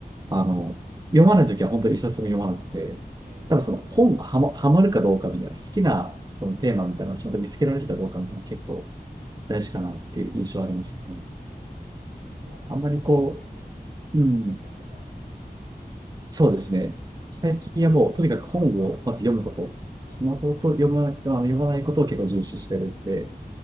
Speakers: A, on the right (about 25°); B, on the right (about 65°).
A: あの、
B: すご
A: 読まないときは本当に一冊も読まなくて、
B: い。え
A: 多分その本がはま、はまるかどうかみたいな、好きなそのテーマみたいなのをちゃんと見つけられるかどうかみたいなの結構
B: ー、うんうんう
A: 大事かなっていう印象ありますね。
B: んうん。うーん。好きなテーマだと結構
A: あんまりこう、
B: サクサク読めちゃう。
A: うん、そうですね。
B: うん。
A: 最近はもうとにかく本をまず読むこと、
B: うんうんうんうんうん
A: スマホを読まない、あの読まないことを結構重視してるんで、
B: なるほど。